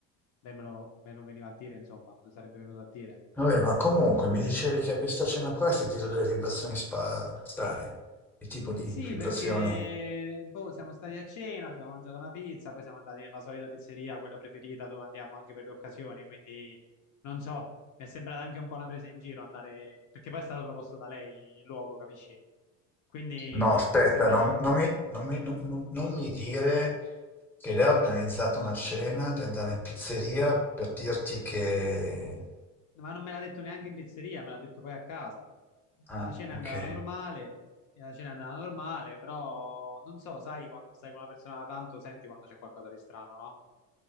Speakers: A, on the left; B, in the centre.
A: lei me lo, me lo veniva a dire, insomma, me lo sarebbe venuto a dire.
B: Vabbè, ma comunque mi dicevi che a questa cena qua hai sentito delle vibrazioni spa- strane. Che tipo
A: Mm,
B: di
A: sì,
B: vibrazione?
A: perché boh, siamo stati a cena, abbiamo mangiato una pizza, poi siamo andati nella solita pizzeria, quella preferita dove andiamo anche per le occasioni, quindi non so, mi è sembrata anche un po' una presa in giro andare, perché poi è stato proposto da lei il luogo, capisci? Quindi
B: No,
A: mi,
B: aspetta,
A: mi è sembrata,
B: non, non mi, non mi- non- non- non mi dire che lei ha organizzato una cena di andare in pizzeria per dirti che...
A: ma non me l'ha detto neanche in pizzeria, me l'ha detto poi a casa.
B: Ah,
A: La cena
B: ok.
A: è andata normale, e la cena è andata normale, però non so, sai quando stai con una persona da tanto, senti quando c'è qualcosa di strano, no?